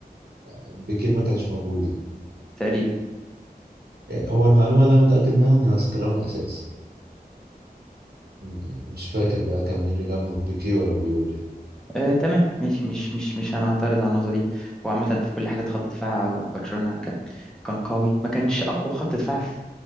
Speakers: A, on the right; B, in the centre.
A: بيكيه ما كانش موجود يعني.
B: تقريبا
A: هو المعلومة اللي أنا متأكد منها إن mascherano أساسي م- مش فاكر بقى كان مين اللي جنبه بيكي ولا بيول يعني
B: آه تمام ماشي مش مش مش هنعترض على النقطه دي وعامه في كل حالات خط دفاع برشلونه كان كان قوي ما كانش اقوى خط دفاع في